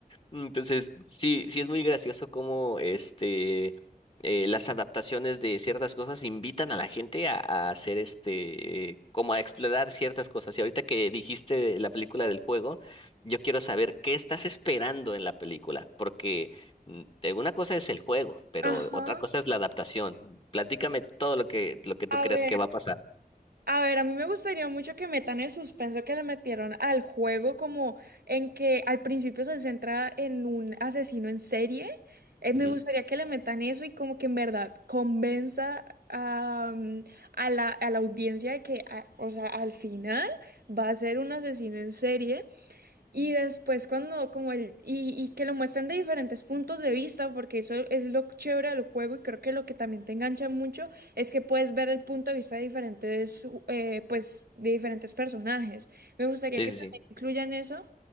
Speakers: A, on the left; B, on the right.
A: Entonces, sí, sí es muy gracioso cómo este eh, las adaptaciones de ciertas cosas invitan a la gente a, a hacer este como a explorar ciertas cosas. Y ahorita que dijiste la película del juego, yo quiero saber qué estás esperando en la película, porque mm, eh, una cosa es el juego, pero
B: Ajá.
A: otra cosa es la adaptación. Platícame todo lo que lo que tú
B: A
A: creas
B: ver.
A: que va a pasar.
B: A ver, a mí me gustaría mucho que metan el suspenso que le metieron al juego, como en que al principio se centra en un asesino en serie. Eh, me
A: Ujú.
B: gustaría que le metan eso y como que en verdad convenza a, mm, a la, a la audiencia de que, a- o sea, al final va a ser un asesino en serie y después cuando como el y, y que lo muestran de diferentes puntos de vista, porque eso es lo chévere del juego y creo que lo que también te engancha mucho es que puedes ver el punto de vista de diferentes eh, pues de diferentes personajes. Me gustaría
A: Sí,
B: que
A: sí,
B: también incluyan eso